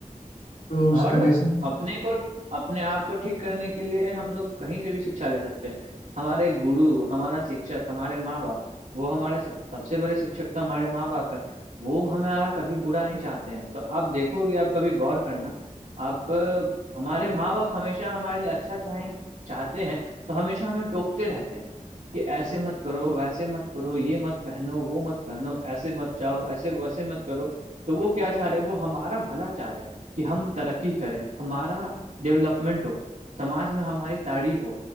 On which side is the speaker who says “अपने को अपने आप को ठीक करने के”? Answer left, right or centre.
Right